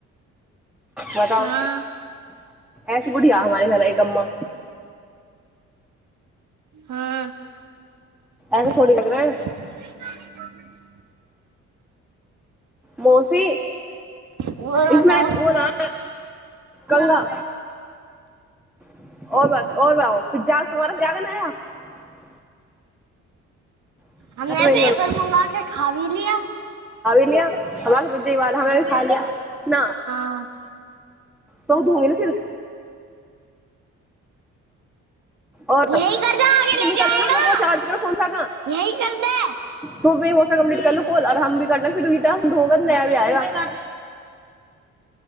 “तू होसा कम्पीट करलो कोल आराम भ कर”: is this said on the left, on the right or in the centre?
Centre